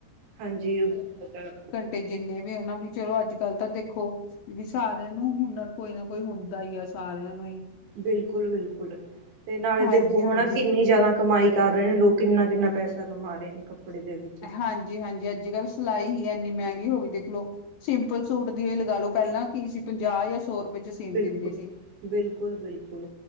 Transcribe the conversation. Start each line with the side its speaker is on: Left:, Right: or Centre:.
Right: ਹਾਂਜੀ ਉ ਓਦਾ
Left: ਤੇ ਜਿੰਨੇ ਵੀ ਹਨਾ ਵੀ ਚਲੋ ਅੱਜ-ਕੱਲ੍ਹ ਤਾਂ ਦੇਖੋ ਵੀ ਸਾਰਿਆਂ ਨੂੰ ਹੁਨਰ ਕੋਈ ਨਾ ਕੋਈ ਹੁੰਦਾ ਹੀ ਆ ਸਾਰਿਆਂ ਨੂੰ ਈ।
Right: ਬਿਲਕੁਲ-ਬਿਲਕੁਲ ਤੇ ਨਾਲੇ
Left: ਹਾਂਜੀ-ਹਾਂਜੀ।
Right: ਦੇਖੋ ਹਣਾ ਕਿੰਨੀ ਜ਼ਿਆਦਾ ਕਮਾਈ ਕਰ ਰਹੇ ਨੇ ਲੋਕ ਕਿੰਨਾ-ਕਿੰਨਾ ਪੈਸਾ ਕਮਾ ਰਹੇ ਨੇ ਕੱਪੜੇ ਦੇ ਵਿੱਚ
Left: ਹਾਂਜੀ-ਹਾਂਜੀ ਅੱਜ-ਕੱਲ੍ਹ ਸਿਲਾਈ ਹੀ ਇੰਨੀ ਮਹਿੰਗੀ ਹੋ ਗਈ ਦੇਖਲੋ। ਸਿੰਪਲ ਸੂਟ ਦੀ ਲਗਾ ਲੋ ਪਹਿਲਾਂ ਕੀ ਸੀ ਪੰਜਾਹ ਜਾਂ ਸੌ ਰੁਪਏ ਚ ਸੀਨ
Right: ਬਿਲਕੁਲ-ਬਿਲਕੁਲ-ਬਿਲਕੁਲ।
Left: ਦਿੰਦੇ ਸੀ।